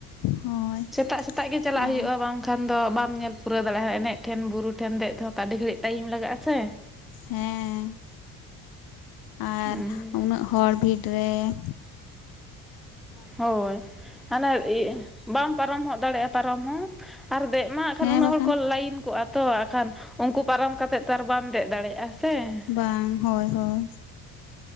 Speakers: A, on the left (about 50°); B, in the centre.
A: ᱦᱳᱭ
B: ᱥᱮᱛᱟᱜ ᱥᱮᱛᱟᱜ ᱜᱮ ᱪᱟᱞᱟᱜ
A: ᱟᱨ
B: ᱦᱩᱭᱩᱜᱼᱟ ᱵᱟᱝᱠᱷᱟᱱ ᱫᱚ ᱵᱟᱢ ᱧᱮᱞ ᱯᱩᱨᱟᱹᱣ ᱫᱟᱲᱮᱭᱟᱜᱼᱟ ᱮᱱᱮᱡ ᱴᱷᱮᱱ ᱵᱩᱨᱩ ᱴᱷᱮᱱ ᱫᱮᱡ ᱛᱮᱦᱚᱸ ᱛᱚ ᱟᱹᱰᱤ ᱜᱷᱟᱹᱲᱤᱡ ᱴᱟᱭᱤᱢ ᱞᱟᱜᱟᱜᱼᱟ ᱥᱮ ᱾
A: ᱦᱮᱸ ᱟᱨ
B: ᱦᱩᱸ
A: ᱩᱱᱟᱹᱜ ᱦᱚᱲ ᱵᱷᱤᱲ ᱨᱮ ᱾
B: ᱦᱳᱭ ᱦᱟᱱᱮ ᱤᱭᱟᱹ ᱵᱟᱢ ᱯᱟᱨᱚᱢ ᱦᱚᱫ ᱫᱟᱲᱮᱭᱟᱜᱼᱟ ᱯᱟᱨᱚᱢ ᱦᱚᱸ ᱟᱨ ᱫᱮᱡ ᱢᱟ ᱮᱠᱷᱟᱱ
A: ᱦᱮᱸ
B: ᱩᱱᱟᱹᱜ
A: ᱵᱟᱠᱷᱟᱱ
B: ᱦᱚᱲ ᱠᱚ ᱞᱟᱭᱤᱱ ᱠᱚᱜᱼᱟ, ᱛᱚ ᱠᱷᱟᱱ ᱩᱱᱠᱩ ᱯᱟᱨᱚᱢ ᱠᱟᱛᱮ ᱛᱚ ᱟᱨ ᱵᱟᱢ ᱫᱮᱡ ᱫᱟᱲᱮᱭᱟᱜᱼᱟ ᱥᱮ ᱾
A: ᱵᱟᱝ ᱦᱳᱭ ᱦᱳᱭ